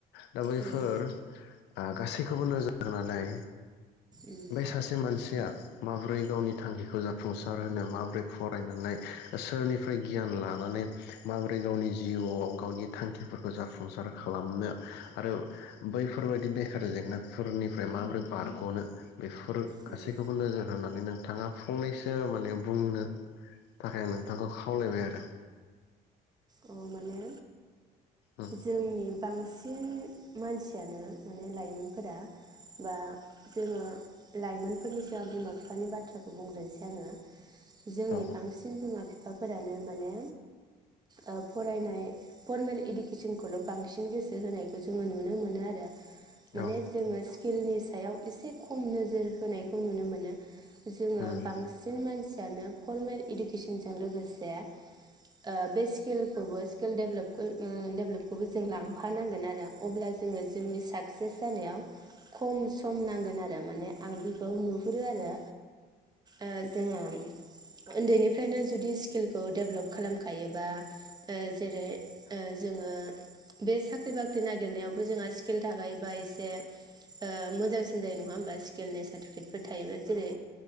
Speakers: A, on the left; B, on the right.
A: दा बैफोर
B: औ उम
A: ओ गासैखौबो नोजोर होनानै
B: उम
A: बे सासे मानसिया मा ब्रै गावनि थांखखौ जा फुंसार होनो मा बोरै फरायनानै सोरनिफ्राय गियान लानानै माबोरै गावनि जिउआव गावनि थांखिफोरखौ जाफुंसार खालामनो आरो बैफोरबायदि बेखार जेंनाफोरनिफ्राय माबोरै बारग'नो बे फोर
B: उम
A: गासैखौबो नोजोर होनानै नों नोंथाङा फंनैसो माने बुंनो थाखाय आं नोंथांखौ खावलायबाय आरो।
B: औ माने
A: औ
B: जोंनि बांसिन बिन मानसियानो माने लाइमोनफोरा बा जोङो लाइमोनफोरनि सायाव आं बिमा बिफानि बाथ्राखौ बुंग्रोनोसै आङो। जोंनि
A: औ
B: बांसिन बिमा फिफा फोरानो माने ओ फरायनाय फरमेल इदु केसनखौल' जोंखौल' बांसिन गोसो होनायखौ जोङो नुनो मोनो आरो। माने
A: औ
B: जोङो स्किलनि सायाव एसे खम नोजोर होनायखौ नुनो मोनो। जोङो
A: औ
B: बांसिन मानसि फ्रानो फरमेल इडुकेसनजों लोगोसे ओ बे स्किलखौबो स्किलदेभलप खो ओ देभ बेखौबो जों लांफानांगोन आरो अब्ला जोङो जोंनि साकसेस जानायाव खम सम नांगोन आरो मा माने आं बेखौ नुहुरो आरो। ओ जोङो उन्दैनिफ्रायनो जु दि स्किलखौ देभलप खालामखायोबा ओ जेरै ओ जोङो बे साख्रि बाख्रि नागिरनायावबो जोंहा स्किल थाखायोबा एसे ओ मोजांसिन जायो नङा होमबा? स्किलनि सार्टिफिकेटफोर थायोबा जेरै